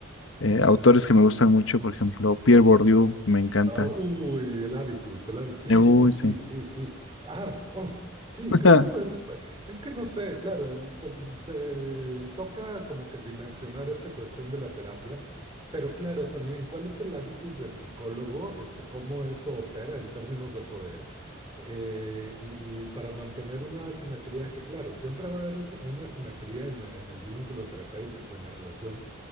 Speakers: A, on the left; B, on the right.
A: Eh, autores que me gustan mucho, por ejemplo, Pierre Bourdieu, me encanta.
B: Ah, uy, el hábitus, el hábitus. Sí,
A: Eh, Uy,
B: sí, sí,
A: sí.
B: sí, sí. Ah, oh, sí,
A: <laughs>
B: creo que podemos. Es que no sé, claro, te, te toca como que dimensionar esta cuestión de la terapia, pero claro, también, ¿cuál es el hábitus del psicólogo? Este, ¿cómo eso opera en términos de poder? Eh, y, y para mantener una asimetría, que claro, siempre va a haber us- una asimetría en la- en el vínculo terapéutico, en la relación,